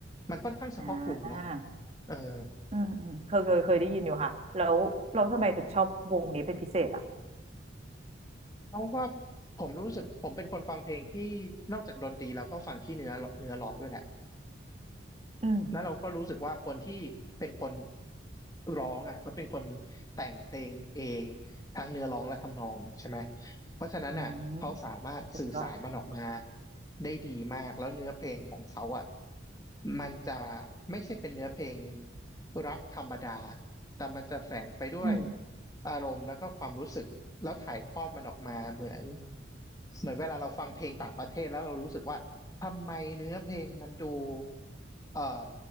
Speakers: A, on the left; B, on the right.
A: มันค่อนข้างเฉพาะกลุ่มเนาะ
B: อ่า
A: เออ
B: อืมอืมเคยเคยเคยได้ยินอยู่ค่ะแล้วเราทำไมถึงชอบวงนี้เป็นพิเศษอ่ะ
A: เพราะว่าผมรู้สึกผมเป็นคนฟังเพลงที่นอกจากดนตรีแล้วก็ฟังที่เนื้อเนื้อร้องด้วยแหละ
B: อืม
A: แล้วเราก็รู้สึกว่าคนที่เป็นคนร้องอ่ะเขาเป็นคนแต่งเพลงเองทั้งเนื้อร้องและทำนองใช่ไหมเพราะฉะนั้นอ่ะเขาสามารถสื่อสารมันออกมา
B: อืมสุดยอด
A: ได้ดีมากแล้วเนื้อเพลงของเขาอ่ะมันจะไม่ใช่เป็นเนื้อเพลงรักธรรมดาแต่มันจะแฝงไปด้วย
B: อืม
A: อารมณ์แล้วก็ความรู้สึกแล้วถ่ายทอดมันออกมาเหมือนเหมือนเวลาเราฟังเพลงต่างประเทศแล้วเรารู้สึกว่าทำไมเนื้อเพลงมันดูเอ่อ